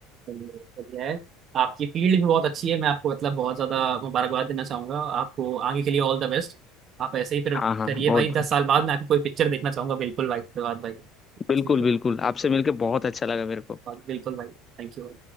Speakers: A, on the right (about 45°); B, on the left (about 25°).
A: चलिए, बढ़िया है आपकी फील्ड भी बहुत अच्छी है मैं आपको मतलब बहुत ज्यादा मुबारकबाद देना चाहूंगा आपको आगे के लिए ऑल द बेस्ट आप ऐसे ही फिर
B: हाँ हाँ
A: करिए
B: बहुत
A: भाई दस साल बाद मैं आपकी कोई पिक्चर देखना चाहूंगा बिल्कुल भाई धन्यवाद भाई
B: बिल्कुल
A: ठीक
B: बिल्कुल आपसे मिलके बहुत अच्छा लगा मेरे को
A: है बिल्कुल भाई Thank you